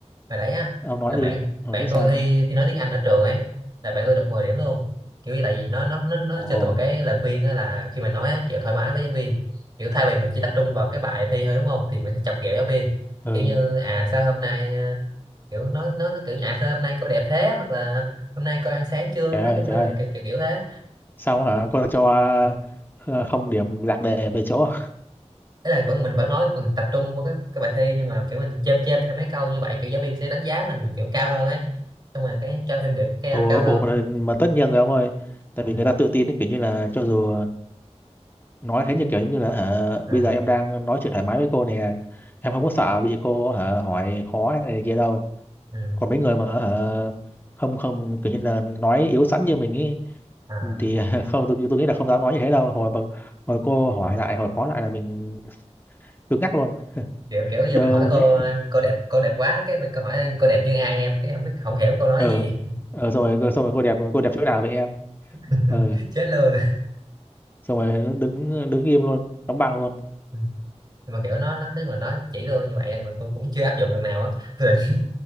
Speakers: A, on the right (about 35°); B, on the left (about 15°).
A: hồi đấy á
B: ông nói
A: là
B: đi
A: bạn
B: hồi
A: bạn
B: nãy sao
A: tôi thi thi nói tiếng Anh ở trường ấy là bạn tôi được 10 điểm luôn kiểu như tại vì nó nó nó nó
B: Ồ,
A: cho tôi một cái lời khuyên á là khi mà nói á, kiểu thoải mái với giáo viên kiểu thay vì mình chỉ tập trung vào cái bài thi thôi đúng không thì mình sẽ chọc ghẹo giáo viên
B: ừ.
A: kiểu như à sao hôm nay à, kiểu nói nói nó kiểu như à sao hôm nay cô đẹp thế hoặc là hôm nay cô ăn sáng chưa
B: Trời
A: nói
B: ơi,
A: chung là
B: trời ơi.
A: kiểu kiểu kiểu thế
B: Sao hả? Cô cho ờ, không điểm lạc đề về chỗ.
A: thế là vẫn mình vẫn nói mình tập trung vào cái cái bài thi nhưng mà kiểu mình chêm chêm thêm mấy câu như vậy kiểu giáo viên sẽ đánh giá mình kiểu cao hơn ấy xong rồi cái cho thêm điểm cao
B: Ồ,
A: cao hơn
B: ồ mà, mà tất nhiên rồi ông ơi. Tại
A: ừ.
B: vì người ta tự tin ấy, kiểu như là cho dù nói thế như kiểu giống như là hả,
A: à.
B: bây giờ em đang nói chuyện thoải mái với cô nè. Em không có sợ bị cô hả hỏi khó hay này kia đâu.
A: ừ.
B: Còn mấy người mà hả không không kiểu như là nói yếu sẵn như mình ấy
A: à,
B: thì <laughs> không tôi, tôi nghĩ là không dám nói như thế đâu. Hồi mà hồi cô hỏi lại, hồi khó lại là mình cứng ngắc luôn,
A: kiểu kiểu giờ
B: đơ
A: mình hỏi
B: luôn
A: cô
B: đấy.
A: cô đẹp cô đẹp quá cái mình cô hỏi cô đẹp như ai em cái không biết không hiểu cô nói
B: ờ
A: gì
B: ờ xong rồi xong rồi cô đẹp cô đẹp chỗ nào vậy em
A: <laughs>
B: ờ
A: chết luôn
B: xong rồi nó đứng đứng im luôn đóng băng luôn
A: Ừ. mà kiểu nó nó nói chung là nó chỉ tôi như vậy mà tôi cũng chưa áp dụng lần nào á tôi định